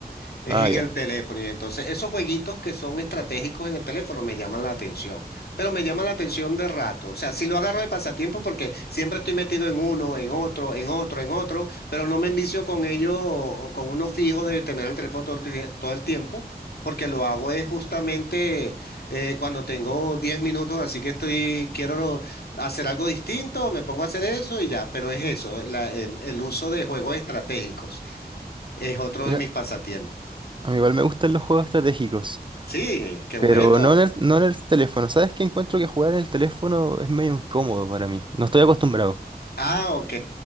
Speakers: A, on the left; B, on the right.
A: Es
B: Ah,
A: en
B: ya.
A: el teléfono y entonces esos jueguitos que son estratégicos en el teléfono me llaman la atención, pero me llaman la atención de rato, o sea, si lo agarro de pasatiempo porque siempre estoy metido en uno, en otro, en otro, en otro, pero no me envicio con ello, o con uno fijo de tener el teléfono todo el, tie- todo el tiempo, porque lo hago es justamente eh, cuando tengo 10 minutos, así que estoy, quiero hacer algo distinto, me pongo a hacer eso y ya, pero es eso, la- el el uso de juegos estratégicos es otro
B: Mira,
A: de mis pasatiempos.
B: a mí igual me gustan los juegos estratégicos.
A: Sí, qué bueno.
B: Pero no en el, no en el teléfono. ¿Sabes qué? Encuentro que jugar en el teléfono es medio incómodo para mí. No estoy acostumbrado.
A: Ah, ok.